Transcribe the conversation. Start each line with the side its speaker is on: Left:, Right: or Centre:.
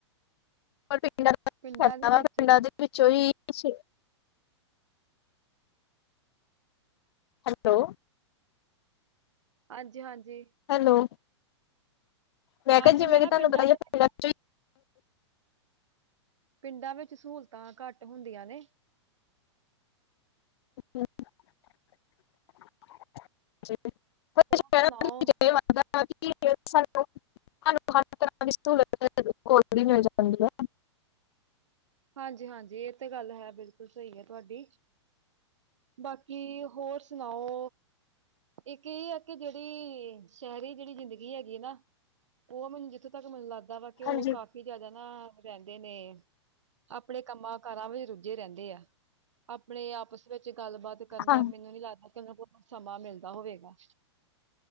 Left: ਵ <unintelligible>
Right: ਪਿੰਡਾਂ ਦੇ ਵਿੱਚ
Left: ਪਿੰਡਾਂ ਦੇ, ਵਿੱਚੋਂ ਹੀ <unintelligible> ਹੈਲੋ।
Right: ਹਾਂਜੀ -ਹਾਂਜੀ।
Left: ਹੈਲੋ। ਮੈਂ
Right: ਹਾਂਜੀ
Left: ਕਿਹਾ ਜਿਵੇਂ ਕਿ ਤੁਹਾਨੂੰ
Right: ਪਿੰਡਾਂ
Left: ਪਤਾ।
Right: ਦੇ ਵਿੱਚ-
Left: <unintelligible>
Right: ਪਿੰਡਾਂ ਵਿੱਚ ਸਹੂਲਤਾਂ ਘੱਟ ਹੁੰਦੀਆਂ ਨੇ,
Left: <unintelligible> <unintelligible>
Right: ਹੋਰ ਸੁਣਾਓ
Left: ਸਾਨੂੰ ਹ ਤਰ੍ਹਾਂ ਦੀ ਸਹੂਲਤ ਘਲ ਵੀ <unintelligible> ਮਿਲ ਜਾਂਦੀ ਹੈ।
Right: ਹਾਂਜੀ- ਹਾਂਜੀ ਇਹ ਤੇ ਗੱਲ ਹੈ ਬਿਲਕੁਲ ਸਹੀ ਹੈ ਤੁਹਾਡੀ। ਬਾਕੀ ਹੋਰ ਸੁਣਾਓ? ਇੱਕ ਇਹ ਹੈ ਕਿ, ਜਿਹੜੀ ਸ਼ਹਿਰੀ ਜਿਹੜੀ ਜ਼ਿੰਦਗੀ ਹੈਗੀ ਹੈ ਨਾ। ਔਹ ਮੈਨੂੰ ਜਿੱਥੇ ਤ ਮੈਨੂੰ ਲੱਗਦਾ ਵਾ। ਕਿ ਔਹ
Left: ਹਾਂਜੀ
Right: ਕਾਫ਼ੀ ਜਿਆਦਾ ਨਾ ਰਹਿੰਦੇ ਨੇ, ਆਪਣੇ ਕੰਮਾਂ ਕਾਰਾਂ ਵਿੱਚ ਰੁੱਝੇ ਰਹਿੰਦੇ ਆ ਆਪਣੇ ਆਪਸ ਵਿੱਚ ਗੱਲਬਾਤ ਕਰਨ
Left: ਹਾਂ
Right: ਦਾ ਮੈਨੂੰ ਨੀ ਲੱਗਦਾ ਕਿ ਉਹ ਕੋਲ ਸਮਾਂ ਮਿਲਦਾ ਹੋਵੇਗਾ।